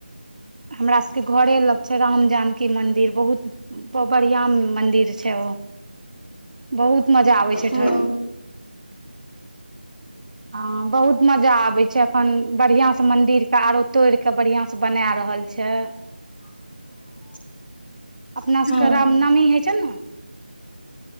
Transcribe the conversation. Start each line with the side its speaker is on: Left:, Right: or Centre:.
Right: हमरा सबके घरे लग छै राम जानकी मन्दिर बहुत प बढ़िया मंदिर छै ओ बहुत मजा आबे छै
Left: हँ
Right: ठक हँ बहुत मजा आबै छै अखन बढ़िया स मंदिर के आरो तोड़ क बढ़िया स बना रहल छै छै,
Left: <inaudible>
Right: अपना
Left: हँ
Right: सबके राम नमी होइ छै न